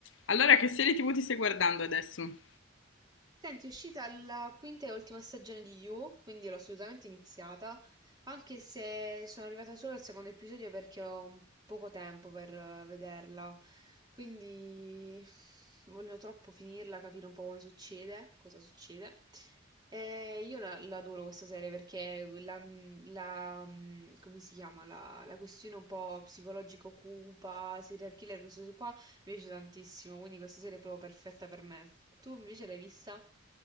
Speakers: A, on the left; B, on the right.
A: Allora che serie tv ti stai guardando adesso?
B: Senti, è uscita la quinta e ultima stagione di You, quindi l'ho assolutamente iniziata, anche se sono arrivata solo al secondo episodio perché ho un poco tempo per eh, vederla, quindi voglio troppo finirla, capire un po' come succede, cosa succede. E io la, la adoro questa serie perché la, la- mm, come si chiama, la, la questione un po' psicologico cupa, serial killer, questo qua, mi piace tantissimo, quindi questa serie è proprio perfetta per me. Tu invece l'hai vista?